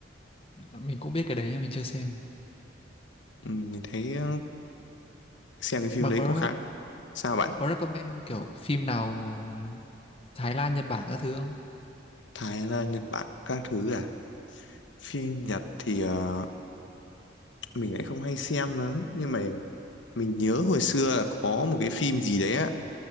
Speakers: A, on the left; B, on the left.
A: mình cũng biết cái đấy nhưng mình chưa xem
B: ừ, mình thấy ờ, xem cái phim
A: bạn
B: đấy
A: có
B: cũng khá sao bạn
A: bạn có recommend kiểu phim nào Thái Lan Nhật Bản các thứ không
B: Thái là Nhật Bản các thứ à phim Nhật thì ờ, mình lại không hay xem lắm nhưng mà mình nhớ hồi xưa là có một cái phim gì đấy á